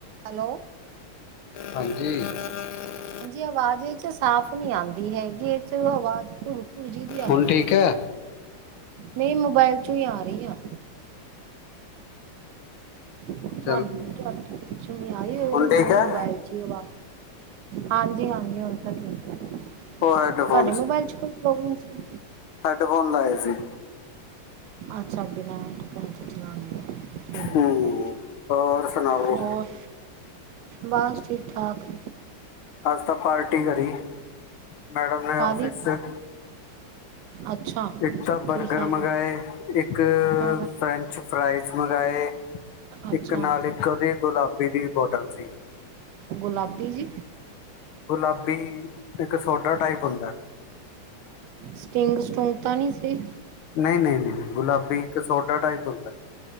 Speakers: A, on the right; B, on the left.
A: Hello.
B: ਹਾਂਜੀ। <inaudible>
A: ਹਾਂਜੀ ਆਵਾਜ਼ <unintelligible> ਵਿਚ ਸਾਫ਼ ਨੀ ਆਂਦੀ ਹੈਗੀ ਏ ਚ ਆਵਾਜ਼ ਪੁੜ ਪੁ ਜੀ ਦੀ ਆਂਦੀ
B: ਹੁਣ ਠੀਕ
A: ਐ।
B: ਹੈ
A: ਨਈ ਮੋਬਾਇਲ ਚੋਂ ਈ ਆ ਰੀ ਆ। <unintelligible>
B: ਚਲ
A: ਆਈ ਜਿਵੇਂ
B: ਹੁਣ ਠੀਕ ਹੈ
A: ਮੋਬਾਇਲ ਚ ਈ ਅਵਾ ਹਾਂਜੀ-ਹਾਂਜੀ ਹੁਣ ਤਾਂ ਠੀਕ ਐ ਤੁਹਾਡੇ
B: ਉਹ ਹੈੱਡਫੋਨ
A: ਮੋਬਾਇਲ ਚ ਕੋਈ ਪ੍ਰੋਬਲਮ ਸੀ
B: ਹੈਡਫੋਨ ਲਾਏ ਸੀ।
A: ਅੱਛਾ ਬਿਨਾ ਹੈਡਫੋਨ ਤੋਂ ਚਲਾਨੀ ਆ। ਠੀਕ
B: ਹੂੰ
A: ਐ
B: ਹੋਰ ਸੁਣਾਓ
A: ਹੋਰ? ਬਸ ਠੀਕ-ਠਾਕ
B: ਅੱਜ ਤਾਂ ਪਾਰਟੀ ਕਰੀ ਮੈਡਮ ਨੇ
A: ਕਾਹਦੀ
B: ਔਫਿਸ ਚ।
A: ਅੱਛਾ।
B: ਇੱਕ ਤਾਂ ਬਰਗਰ
A: ਕੀ ਖਾਣਾ
B: ਮੰਗਵਾਏ ਇੱਕ
A: ਹਾਂ
B: ਫਰੈਂਚ ਫਰਾਈਸ ਮੰਗਾਏ
A: ਅੱਛਾ
B: ਇੱਕ ਨਾਲ ਇੱਕ ਉਦੀ ਗੁਲਾਬੀ ਦੀ ਬੋਟਲ ਸੀ।
A: ਗੁਲਾਬੀ ਜੀ?
B: ਗੁਲਾਬੀ ਇੱਕ ਸੋਡਾ ਟਾਈਪ ਹੁੰਦਾ।
A: ਸਟਿੰਗ ਸਟੁੰਗ ਤਾਂ ਨੀ ਸੀ?
B: ਨਈ-ਨਈ-ਨਈ ਗੁਲਾਬੀ ਇੱਕ ਸੋਡਾ ਟਾਈਪ ਹੁੰਦੈ।